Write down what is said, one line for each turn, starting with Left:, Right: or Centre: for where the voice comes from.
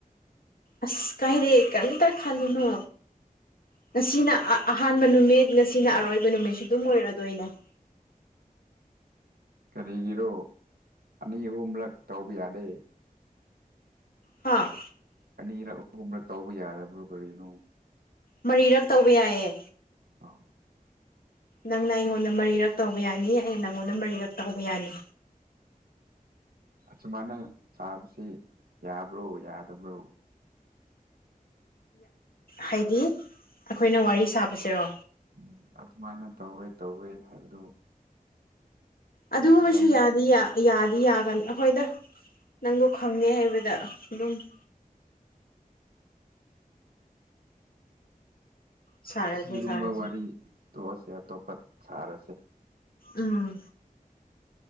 Left: ꯑꯁ ꯀꯥꯏꯔꯦ ꯀꯔꯝ ꯇ ꯈꯜꯂꯨꯅꯣ ꯉꯁꯤꯅ ꯑꯍꯥꯟꯕ ꯅꯨꯃꯤꯠ ꯉꯁꯤꯅ ꯑꯔꯣꯏꯕ ꯅꯨꯃꯤꯠꯁꯨ ꯑꯗꯨꯝ ꯑꯣꯏꯔꯗꯣꯏꯅꯦ <inaudible>
Right: ꯀꯔꯤꯒꯤꯔꯣ ꯑꯅꯤ ꯑꯍꯨꯝꯂꯛ ꯇꯧꯕ ꯌꯥꯗꯦ
Left: ꯍꯥꯥ
Right: ꯑꯅꯤꯔꯛ ꯑꯍꯨꯝꯂꯛ ꯇꯧꯕ ꯌꯥꯔꯕ꯭ꯔꯣ ꯀꯔꯤꯅꯣ
Left: ꯃꯔꯤꯔꯛ ꯇꯧꯕ ꯌꯥꯏꯌꯦ
Right: ꯑ
Left: ꯅꯪꯅ ꯑꯩꯉꯣꯟꯗ ꯃꯔꯤꯔꯛ ꯇꯧꯕ ꯌꯥꯅꯤ ꯑꯩ ꯅꯪꯉꯣꯟꯗ ꯃꯔꯤꯔꯛ ꯇꯧꯕ ꯌꯥꯅꯤ
Right: ꯁꯨꯃꯥꯏꯅ ꯁꯥꯕꯁꯤ ꯌꯥꯕ꯭ꯔꯣ ꯌꯥꯗꯕ꯭ꯔꯣ
Left: ꯍꯥꯏꯗꯤ ꯑꯩꯈꯣꯏꯅ ꯋꯥꯔꯤ ꯁꯥꯕꯕꯁꯤꯔꯣ
Right: ꯎꯝ ꯑꯗꯨꯃꯥꯏꯅ ꯇꯧꯋꯦ ꯇꯧꯋꯦ ꯍꯥꯏꯕꯗꯨ
Left: ꯑꯗꯨꯒꯨꯝꯕꯁꯨ
Right: ꯌꯥꯔꯝ
Left: ꯌꯥꯗꯤ ꯌꯥ ꯌꯥꯒꯅꯤ ꯑꯩꯈꯣꯏꯗ ꯅꯪꯗꯣ ꯈꯪꯗꯦ ꯍꯥꯏꯕꯗ ꯑꯗꯨꯝ <inaudible> ꯁꯥꯔꯁꯦ
Right: ꯁꯤꯒꯨꯝꯕ
Left: ꯁꯥꯔꯁꯦ
Right: ꯋꯥꯔꯤ ꯇꯣꯛꯑꯁꯦ ꯑꯇꯣꯞꯄ ꯁꯥꯔꯁꯦ
Left: ꯎꯝ